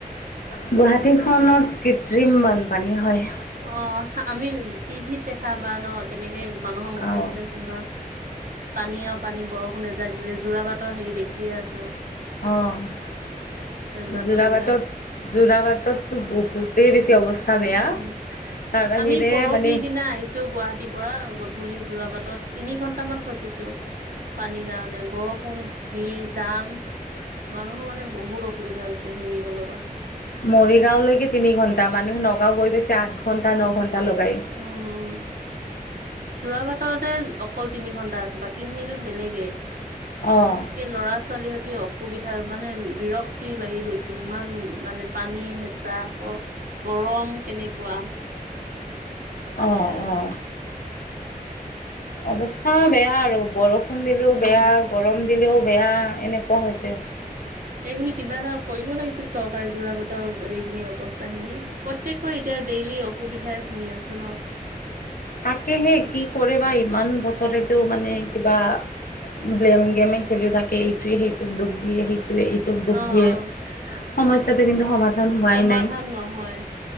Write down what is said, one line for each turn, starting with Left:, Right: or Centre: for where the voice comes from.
Left: গুৱাহাটী খত কৃত্ৰিম বানপানী হয়।
Right: অ ', আমি টিভিত দেখা বা ন'। কেনেকে মানুহৰ মুখে,
Left: অ',
Right: মুখে শুনাত পানী আৰু পানী বৰষুণে জাগিলে জোৰাবাটৰ হেৰি দেখিয়ে আছোঁ।
Left: অ',
Right: বাতৰিবিলাক
Left: যোৰাবাটত যোৰাবাটতটো বহুতেই বেছি অৱস্থা বেয়া।
Right: উম,
Left: তাৰ বাহিৰে
Right: আমি পৰহি
Left: মানে
Right: দিনা আহিছোঁ, গুৱাহাটী পৰা গধূলি যোৰাবাটত, তিনি ঘন্টামান ফচিছোঁ। পানীৰ কাৰণে, বৰষুণ, ভিৰ জাম। মানুহৰ মানে বহুত অসুবিধা হৈছে, <unintelligible> লগত।
Left: মৰিগাঁওলৈকে তিনি ঘন্টা, মানুহে নগাঁও গৈ পাইছে আঠ ঘন্টা, ন ঘন্টা লগাই।
Right: উম। জোৰাবাটতে অকল তিনি ঘণ্টা আছে, বাকী খিনি টো বেলেগে।
Left: অঁ
Right: একে ল'ৰা ছোৱালীহঁতেও অসুবিধা, মানে বিৰক্তি লাগি গৈছে, ইমান মানে পানী হেঁচা গৰম কেনেকুৱা?
Left: অ',
Right: সেয়া
Left: অ'। অৱস্থা বেয়া আৰু, বৰষুণ ষুণ দিলেও
Right: উম
Left: বেয়া, গৰম দিলেও বেয়া, এনেকুৱা হৈছে।
Right: এইখিনি কিবা এটা কৰিব লাগিছিল, চৰকাৰে যোৰা বাটত। ৰ এইখিনি অৱস্থা খিনি, প্ৰত্যেকৰে এতিয়া ডেইলি অসুবিধাই শুনি আছোঁ ন'।
Left: তাকেহে কি কৰে বা, ইমান বছৰেতে মানে কিবা ব্লেম গেমে খেলি থাকে, এইটোৱে সেইটোক দুখ দিয়ে, সেই
Right: অ
Left: দুখ দিয়ে,
Right: অ
Left: সমস্যাটো কিন্তু সমাধান হোৱাই
Right: সমাধান
Left: নাই,
Right: নহয়